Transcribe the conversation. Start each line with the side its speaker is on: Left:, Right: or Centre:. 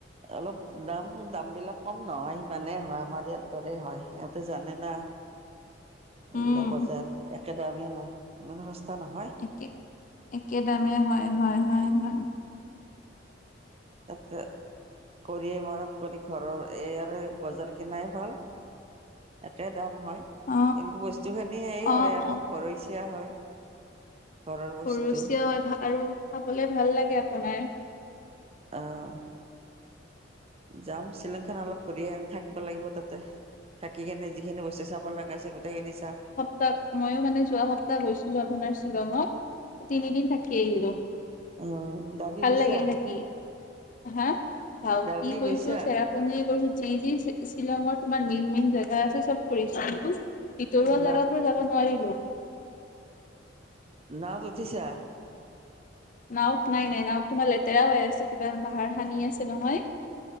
Right: অলপ দাম -দামবিলাক কম নহয় সিমানেই হয় আমাৰ ইয়াত দৰেই হয় এহতে জানে না।
Left: <inaudible> উম
Right: এইগিলা বজাৰ একে দামেই হয় ইমান সস্তা নহয়।
Left: <unintelligible> একে দামেই হয়-হয়-হয়-হয়।
Right: তাতকে কৰিয়েই মৰাত কৰি ঘৰৰ এইয়াৰে বজাৰ কিনাই ভাল। একে দাম হয়
Left: অ
Right: কিন্তু বস্তু খিনি এই
Left: অ
Right: হয় আৰু
Left: অ
Right: ঘৰচিয়া হয়। ঘৰৰ
Left: সুৰুচিয়
Right: বস্তু
Left: <unintelligible> আৰু খাবলে ভাল লাগে আপোনাৰ।
Right: আহ, যাম শ্বিলংখান অলপ ফূৰি আহিম থাকবা লাগব তাতে। থাকি কিনে যিখিনি বস্তু চাব লাগা আছে গোটেইখিনি চাম।
Left: ত' ময়ো মানে যোৱা সপ্তাহ গৈছিলোঁ আপোনাৰ শ্বিলঙত, তিনিদিন থাকি আহিলোঁ।
Right: আহ ডাউকি
Left: ভাল
Right: গৈছা?
Left: লাগিল থাকি হা? ডাউকী
Right: ডাউকি
Left: গৈছোঁ
Right: গৈছা?
Left: চেৰা পুঞ্জি যি- যি শ্বিলঙৰ তোমাৰ মেইন- মেইন জেগা আছে ফুৰিছোঁ কিন্তু ভিতৰুৱা জাগাবোৰ
Right: না
Left: যাব নোৱাৰিলোঁ।
Right: নাওত উঠিছা?
Left: নাওত নাই -নাই নাওত তোমাৰ লেতেৰা হৈ আছে কিবা বাহাৰ সানি আছে নহয়।